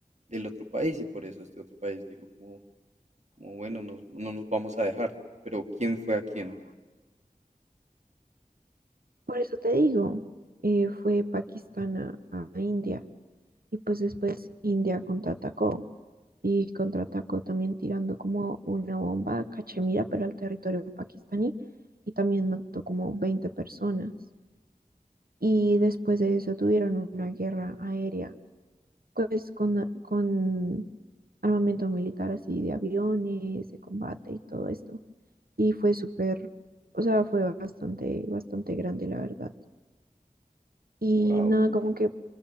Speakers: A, on the right; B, on the right.
A: del otro país y por eso este otro país dijo como Como bueno, nos- no nos vamos a dejar. Pero ¿quién fue a quién?
B: Por eso te digo, eh, fue Pakistán a, a India y pues después India contraatacó. y contraatacó también tirando como una bomba a Cachemira, pero al territorio pakistaní, y también mató como 20 personas. Y después de eso tuvieron una guerra aérea, pues con, con armamento militar así de aviones, de combate y todo esto. Y fue súper, o sea, fue bastante, bastante grande, la verdad. Y
A: Wow.
B: nada, como que